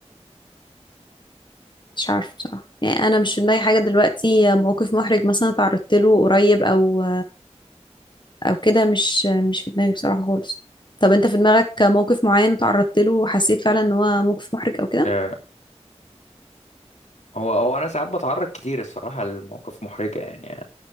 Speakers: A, on the left; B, on the left.
A: مش عارفة بصراحة يعني أنا مش في دماغي حاجة دلوقتي موقف محرج مثلا تعرضت له قريب أو أو كده مش مش في دماغي بصراحة خالص طب أنت في دماغك موقف معين تعرضت له وحسيت فعلا إن هو موقف محرج أو كده؟
B: آه، هو هو أنا ساعات بتعرض كتير الصراحة لمواقف محرجة يعني